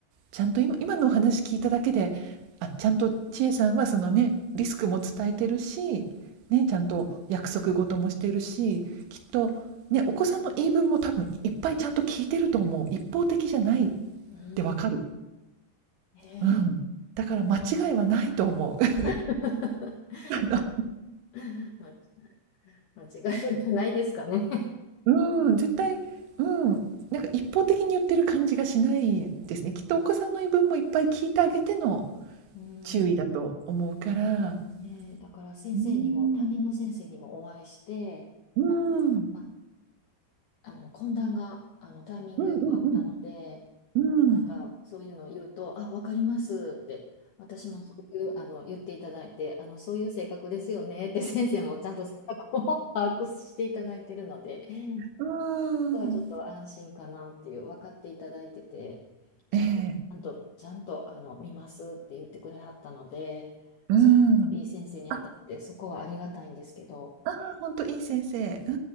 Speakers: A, on the right; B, on the left.
A: ちゃんと今今のお話聞いただけであちゃんと千恵さんはそのねリスクも伝えてるし、ね、ちゃんと約束事もしてるしきっと、ね、お子さんの言い分も多分いっぱいちゃんと聞いてると思う一方的じゃないっ
B: うん、
A: てわかる、
B: ねえ
A: うん、だから間違いはないと思う
B: <laughs>
A: あ
B: ま間違いがないですかね。
A: の <laughs> うん絶対うんなんか一方的に言ってる感じがしないですねきっとお子さんの言い分もいっぱい聞いてあげての
B: うん、
A: 注意だと思うから
B: ねえ、だから先生にも、
A: うん
B: 担任の先生にもお会いして、
A: うんうん
B: まあ、あの懇談があのタイミングよくあったので、
A: うんうんうん。
B: あのなんかそういうのを言うと、あ、わかりますって、私もそういうあの言っていただいて、あのそういう性格ですよねって <laughs> 先生もちゃんと性格を <laughs> 把握していただいてるので、うん
A: うーん。
B: ここはちょっと安心かなっていう、分かっていただいてて、ちゃんと、
A: ええ。
B: ちゃんと、ちゃんとあの見ますって言ってくれはったので、
A: うん。
B: すごいいい先生に当たって、
A: あ、
B: そこはありがたいんですけど、
A: ああ、ほんといい先生。う